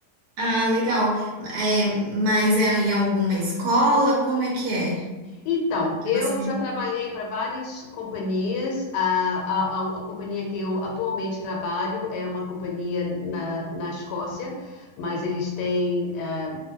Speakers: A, on the right; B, on the left.
A: Ah, legal. É, mas é em alguma escola? Como é que é?
B: Então,
A: Que
B: eu
A: você...
B: já trabalhei para várias companhias. A, a, a, a companhia que eu atualmente trabalho é uma companhia na, na Escócia, mas eles têm, ah,